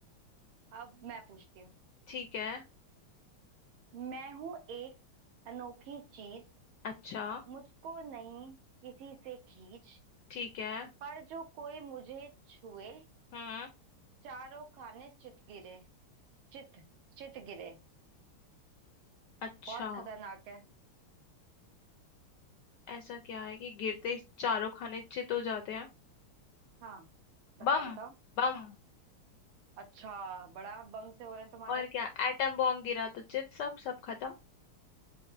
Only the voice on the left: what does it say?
ठीक है
अच्छा
ठीक है
हम्म
अच्छा
ऐसा क्या है कि गिरते ही चारों खाने चित हो जाते हैं
बम
बम
और क्या एटम बॉम्ब गिरा तो चित सब सब खत्म